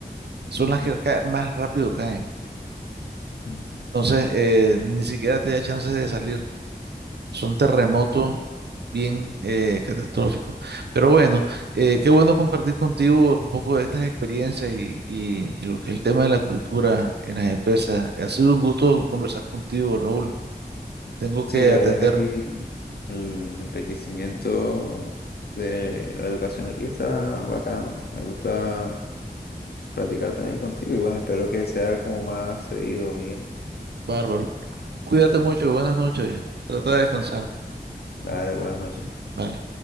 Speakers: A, on the right; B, on the left.
A: son
B: Ujú,
A: las que ca- más rápido caen.
B: ujú.
A: Entonces, eh, ni siquiera te da chance de salir. son terremotos bien eh, catastrófico. Pero bueno, eh, qué bueno compartir contigo un poco de estas experiencias y, y- y lo que es el tema de la cultura en las empresas. Ha sido un gusto conversar contigo, Raúl. Tengo que
B: Sí, la
A: atender.
B: verdad es que aquí el enriquecimiento de la educación aquí está bacano. Me gusta practicar también contigo y bueno, espero que sea como más seguido, Miguel.
A: Bárbaro. Cuídate mucho. Buenas noches. Trata de descansar.
B: Dale, buenas noches.
A: Bye.